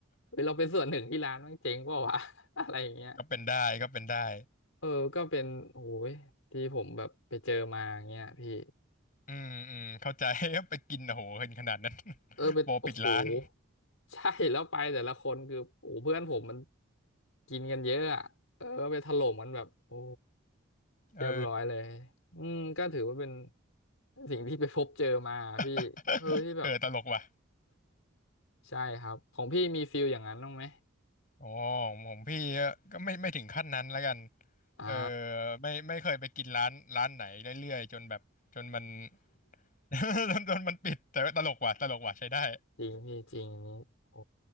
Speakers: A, on the left; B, on the left.
A: เฮ้ยเราเป็นส่วนหนึ่งที่ร้านมันเจ๊งเปล่าวะ <laughs> อะไรอย่างเงี้ย
B: ก็เป็นได้ก็เป็นได้
A: เออก็เป็นโอ้ยที่ผมแบบไปเจอมาอย่างเงี้ยพี่
B: อืมอืมเข้าใจ <laughs> ไปกินโอ้โหเห็นขนาดนั้น <laughs>
A: เออไปโอ้โห
B: โปรปิดร้าน
A: ใช่แล้วไปแต่ละคนคือโอ้โหเพื่อนผมมันกินกันเยอะอ่ะเออไปถล่มกันแบบโอ้ เรียบร้อยเลย
B: เออ
A: อืมก็ถือว่าเป็นสิ่งที่ไปพบเจอมาพี่เออที่แบบ
B: <laughs> เออตลกว่ะ
A: ใช่ครับ ของพี่มีฟิลอย่างนั้นบ้างไหม
B: อ๋อของพี่ก็ไม่ไม่ถึงขั้นนั้นแล้วกัน
A: อ่า
B: เออไม่ไม่เคยไปกินร้านร้านไหนเรื่อยๆจนแบบจนมัน <laughs> จนจนมันปิดแต่ว่าตลกว่ะตลกว่ะใช้ได้
A: จริงพี่จริงอันนี้โอ้